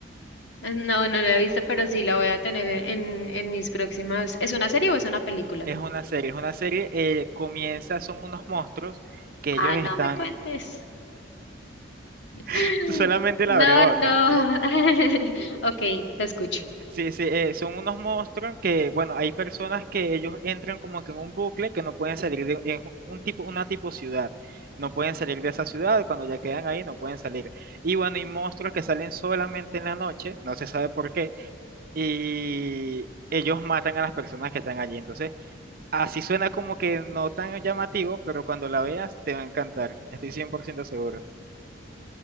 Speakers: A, on the left (about 70°); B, on the right (about 50°).
A: Eh, No, no la he visto, pero sí la voy a tener en, en mis próximas. ¿Es una serie o es una película?
B: Es una serie, es una serie, eh, comienza, son unos monstruos que ellos
A: Ah,
B: están,
A: no me cuentes. <laughs>
B: <laughs> tú solamente la
A: No,
B: abre boca
A: no. <laughs> Ok, te escucho.
B: Sí, sí, eh, son unos monstruos que, bueno, hay personas que ellos entran como que en un bucle que no pueden salir de, es un tipo, una tipo ciudad, no pueden salir de esa ciudad, cuando ya quedan ahí no pueden salir. Y bueno, hay monstruos que salen solamente en la noche, no se sabe por qué, y ellos matan a las personas que están allí. Entonces, así suena como que no tan llamativo, pero cuando la veas te va a encantar, estoy 100% seguro.